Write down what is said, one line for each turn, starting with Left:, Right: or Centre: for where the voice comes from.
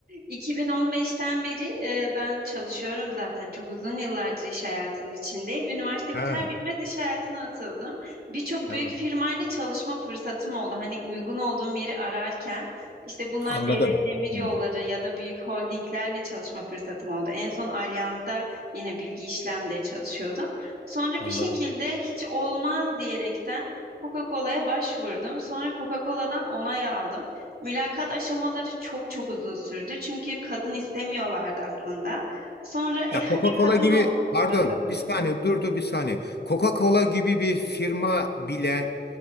Right: 2015'ten beri e, ben çalışıyorum zaten. Çok uzun yıllardır iş hayatının içindeyim. Üniversite
Left: Ha,
Right: biter bitmez iş hayatına atıldım. Birçok
Left: tamam.
Right: büyük firmayla çalışma fırsatım oldu. Hani uygun olduğum yeri ararken işte bunlar
Left: Anladım.
Right: devlet demir yolları
Left: Hı,
Right: ya da büyük holdinglerle çalışma fırsatım oldu. En son Allianz'da yine bilgi işlemde çalışıyordum. Sonra
Left: anladım.
Right: bir şekilde hiç olmaz diyerekten Coca-Cola'ya başvurdum. Sonra Coca-Cola'dan onay aldım. Mülakat aşamaları çok çok uzun sürdü. Çünkü kadın istemiyorlardı aslında. Sonra e
Left: Ya
Right: hadi
Left: Coca-Cola
Right: kadın
Left: gibi
Right: olsun
Left: pardon
Right: bakalım
Left: bir saniye
Right: dediler.
Left: durdu bir saniye. Coca-Cola gibi bir firma bile